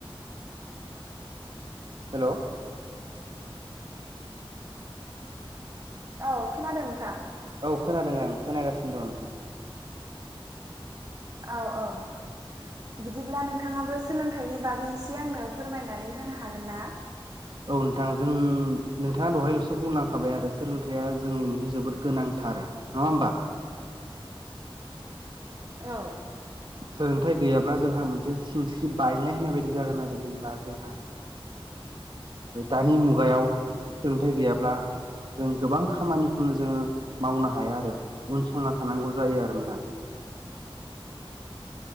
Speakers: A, on the right (about 55°); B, on the right (about 40°).
A: हेल'
B: औ खोनादों नोंथां।
A: औ खोनादों आं खोनागासिनो दं नोंथां।
B: औ औ बिदिब्ला नोंथाङाबो सोलोंथाइनि बागै एसे आंनो फोरमायनानै होनो हागोन ना?
A: औ नोंथां जों नोंथाङा दहाय लसो बुंलांखाबाय आरो सोलोंथाइआ जोंनि मोनसे जोबोद गोनांथार नङा होमबा?
B: औ
A: सोलोंथाइ गैयाब्ला जोंहा मोनसे सिनस्रि बायनाय होननाय बायदि जागोन आरो जेनेबा जोंहा दानि मुगायाव सोलोंथाइ गैयाब्ला जों गोबां खामानिखौनो जोङो मावनो हाया आरो उनसंना थानांगौ जायो आरो नोंथां।